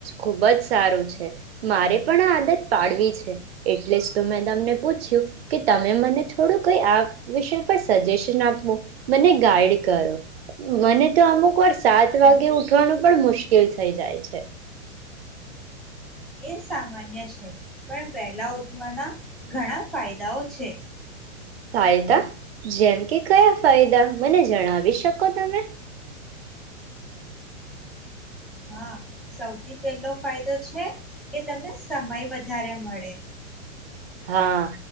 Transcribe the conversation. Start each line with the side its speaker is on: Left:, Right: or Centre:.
Right: ખુબ જ સારું છે મારે પણ આ આદત પાડવી છે એટલે જ તો મેં તમને પૂછ્યું કે તમે મને થોડું કઈ આ વિષય પર સજેશન આપો મને ગાઈડ કરો મને તો અમુક વાર સાત
Centre: હમ,
Right: વાગે ઉઠવાનું પણ મુશ્કેલ થ. થઈ જાય છે.
Centre: એ સામાન્ય છે. પણ પહેલા. ના ઘણા ફાયદાઓ છે.
Right: ફાયદા જેમ કે કયા ફાયદા મને જણાવી શકો તમે.
Centre: હા સૌથી પહેલો ફાયદો છે કે તમને સમય વધારે મળે.
Right: હા